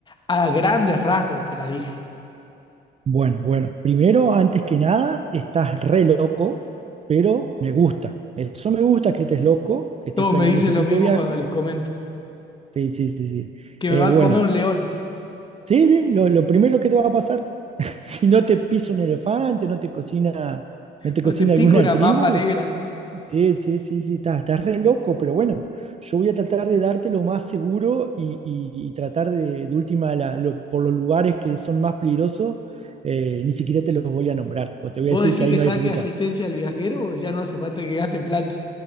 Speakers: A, on the left; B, on the right.
A: A grandes rasgos te la dije.
B: Bueno, bueno, primero, antes que nada, estás re loco, pero me gusta. Eso me gusta que estés loco, que estés
A: Todos
B: planeando
A: me dicen
B: ese tipo
A: lo mismo
B: de viaje.
A: cuando les comento,
B: Sí, sí, sí, sí.
A: que
B: Eh,
A: me va
B: bueno,
A: a comer un león
B: sí, sí, lo, lo primero que te va a pasar, <laughs> si no te pisa un elefante, no te cocina, no te
A: o
B: cocina
A: te pica
B: alguna
A: una
B: tribu.
A: mamba negra.
B: Sí, sí, sí, sí, estás, estás re loco, pero bueno, yo voy a tratar de darte lo más seguro y, y- y tratar de, de última, la- lo- por los lugares que son más peligrosos, eh, ni siquiera te los voy a nombrar, o te voy
A: ¿Vos
B: a decir
A: decís
B: que ahí
A: que
B: no
A: saque
B: hay ruta.
A: asistencia al viajero o ya no hace falta que gaste plata?